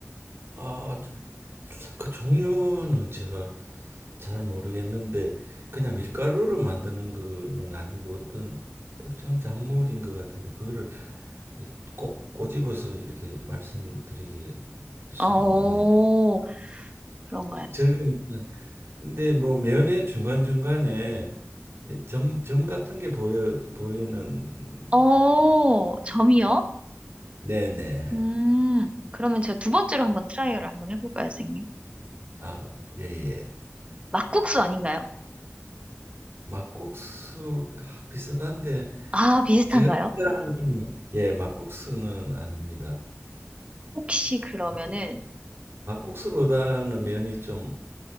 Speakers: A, on the right; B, on the right.
A: 아, 저- 그 종류는 제가 잘 모르겠는데 그냥 밀가루로 만드는 거는 아니고 어떤 특정 작물인 것 같은데 그거를 이꼭 꼬집어서 이렇게 말씀드릴 수는
B: 어,
A: 없네요.
B: 그런가요?
A: 절개는 근데 뭐 면의 중간중간에 점, 점 같은 게 보여 보이는
B: 어, 점이요?
A: 네네.
B: 음, 그러면 제가 두 번째로 한번 트라이얼을 한번 해볼까요, 선생님?
A: 아, 예, 예.
B: 막국수 아닌가요?
A: 막국수 아, 비슷한데
B: 아, 비슷한가요?
A: 제가 생각하는 예, 막국수는 아닙니다.
B: 혹시 그러면은
A: 막국- 막국수보다는 면이 좀